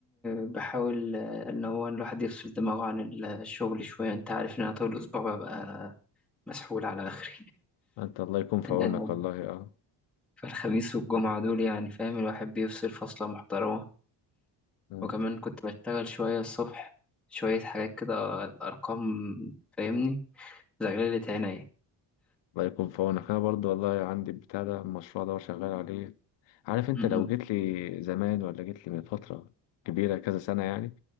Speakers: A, in the centre; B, on the left.
A: بحاول آه، ان هو الواحد يفصل دماغه عن الشغل شويه انت عارف ان انا طول الاسبوع ببقى مسحول على آخري
B: انت الله يكون في
A: <laughs>
B: عونك
A: آه،
B: والله اه
A: فالخميس والجمعة دول يعني فاهم الواحد بيفصل فصلة محترمة
B: آه.
A: وكمان كنت بشتغل شوية الصبح شوية حاجات كده الأرقام فاهمني زغللة عينيا
B: الله يكون في عونك انا برضه والله عندي البتاع ده المشروع ده وشغال عليه عارف انت
A: م-
B: لو جيت لي زمان ولا جيت لي من فترة كبيرة كذا سنة يعني